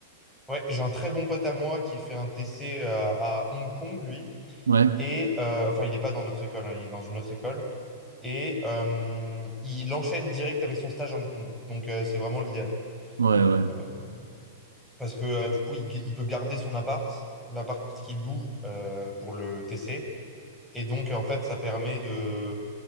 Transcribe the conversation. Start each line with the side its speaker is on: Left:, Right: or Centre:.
Centre: ouais, j'ai un très bon pote à moi qui fait un TC euh, à Hong Kong, lui.
Right: Ouais,
Centre: Et euh, enfin, il n'est pas dans notre école, hein, il est dans une autre école. et euh, il enchaîne direct avec son stage à Hong Kong. Donc euh, c'est vraiment l'idéal.
Right: ouais, ouais.
Centre: Euh, parce que euh, du coup, il, il peut garder son appart, l'appart qu'il loue euh, pour le TC. Et donc, en fait, ça permet de